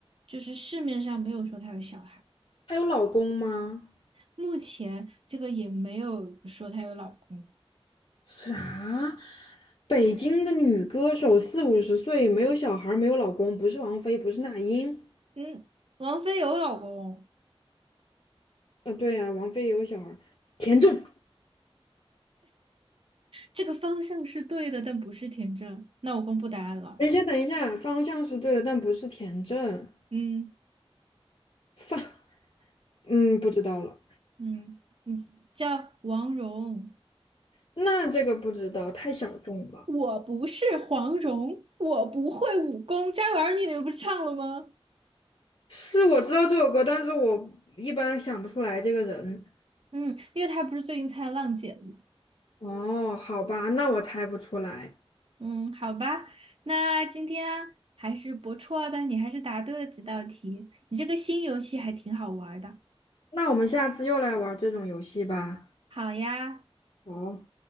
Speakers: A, on the right (about 65°); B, on the left (about 60°).
A: 就是市面上没有说她有小孩，
B: 他有老公吗？
A: 目前这个也没有说她有老公。
B: 啥？北京的女歌手四五十岁，没有小孩儿，没有老公，不是王菲，不是那英。
A: 嗯，王菲有老公，
B: 啊，对呀、王菲也有小孩儿，田震。
A: 这个方向是对的，但不是田震。那我公布答案了。
B: 等一下，等一下，方向是对的，但不是田震。
A: 嗯
B: 放，嗯，不知道了。
A: 嗯嗯，叫王蓉。
B: 那这个不知道，太小众了。
A: 我不是黄蓉，我不会武功。这玩意儿你你们不是唱了吗？
B: 是我知道这首歌，但是我一般想不出来这个人。
A: 嗯，因为她不是最近参加浪姐了。
B: 哦，好吧，那我猜不出来。
A: 嗯，好吧，那今天还是不错的，你还是答对了几道题，你这个新游戏还挺好玩儿的。
B: 那我们下次又来玩这种游戏吧。
A: 好呀，
B: 好。